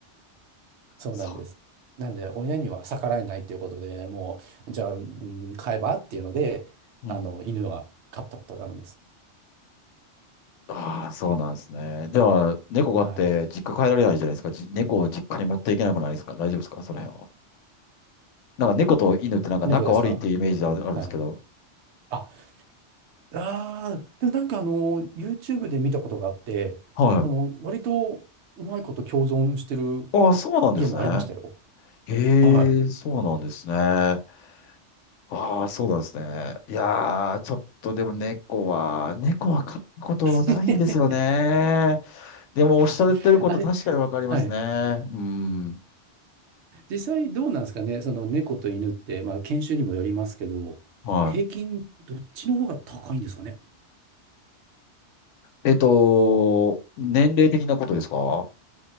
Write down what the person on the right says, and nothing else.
そうなんです。
なんで、親には逆らえないということで、もう、じゃあ、うん、飼えばっていうので、
あの、
犬は飼ったことがあるんです。
は
い。猫ですかはい。あ、あーでもなんかあの、YouTube で見たことがあって、
なんかあの、割とうまいこと共存してる
家もありましたよ。
は
い。<laughs>
えあれ、はい。
実際どうなんですかね、その猫と犬って、まあ、犬種にもよりますけど、
平均どっちの方が高いんですかね。